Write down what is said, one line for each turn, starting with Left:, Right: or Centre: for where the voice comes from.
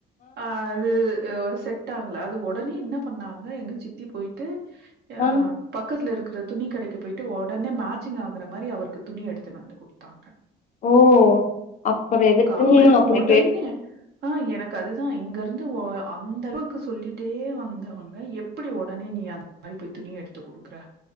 Right: ஆ அது அது ஒரு செட் ஆகல அது ஒடனே என்ன பண்ணாங்க எங்க சித்தி போயி்ட்டு ஏ
Left: ஆ
Right: பக்கத்துல இருக்கு இது துணி கடைக்கு போயிட்டு ஒடனே மேட்சிங் ஆகுற மாரி அவருக்கு துணி எடுத்துனு வந்து கொடுத்தாங்க
Left: ஓ அப்புறம் எதுக்கு
Right: அப்ப
Left: அப்படி
Right: உடனே ஆ எனக்கு அதுதான் இங்க இருந்து அந்த அளவுக்கு சொல்லிட்டே வந்தவங்க எப்படி உடனே நீ அந்த மாதிரி போய் துணி எடுத்து குடுக்குற